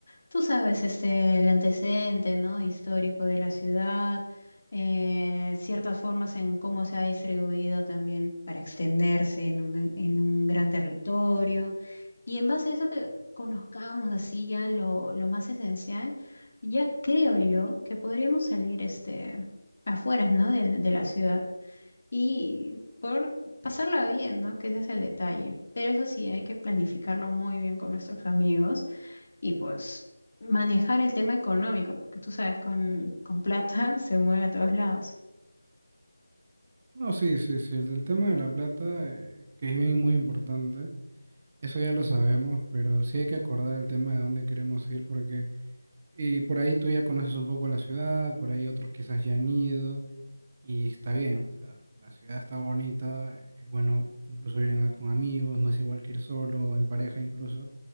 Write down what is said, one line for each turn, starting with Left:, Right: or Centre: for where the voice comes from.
Left: tú sabes, este, el antecedente, ¿no? histórico de la ciudad, eh, ciertas formas en cómo se ha distribuido también para extenderse en un, en un gran territorio. Y en base a eso que conozcamos así ya lo, lo más esencial, ya creo yo que podríamos salir este afueras, ¿no? del- de la ciudad y por pasarla bien, ¿no? Que ese es el detalle. Pero eso sí, hay que planificarlo muy bien con nuestros amigos y pues manejar el tema económico, porque tú sabes, con, con plata <laughs> se mueve a todos lados.
Right: No, sí, sí, sí. El del tema de la plata, eh, que es bien muy importante, eso ya lo sabemos, pero sí hay que acordar el tema de dónde queremos ir porque y por ahí tú ya conoces un poco la ciudad, por ahí otros quizás ya han ido. Y está bien, o sea, la ciudad está bonita, eh, es bueno incluso ir en- con amigos, no es igual que ir solo o en pareja incluso,